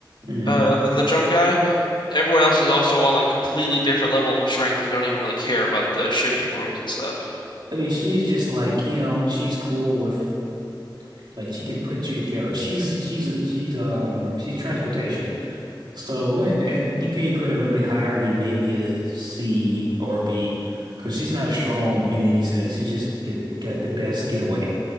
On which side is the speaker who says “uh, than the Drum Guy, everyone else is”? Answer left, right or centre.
Left